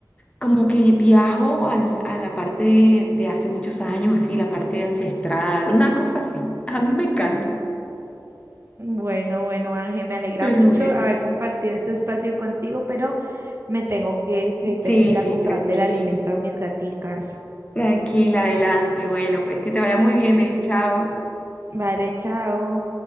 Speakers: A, on the left; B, on the right.
A: como que viajo al- a la parte de, de hace muchos años, así, la parte ancestral, una cosa así. A mí me encanta.
B: Bueno, bueno, Ángel, me alegra
A: Pero
B: mucho
A: bueno,
B: haber compartido este espacio contigo, pero me tengo que ir, que tengo
A: Sí,
B: que ir
A: sí,
B: a comprarle
A: tranquilo.
B: el alimento a mis gaticas.
A: Tranquila, adelante. Bueno, pues que te vaya muy bien, baby. Chao.
B: Vale, chao.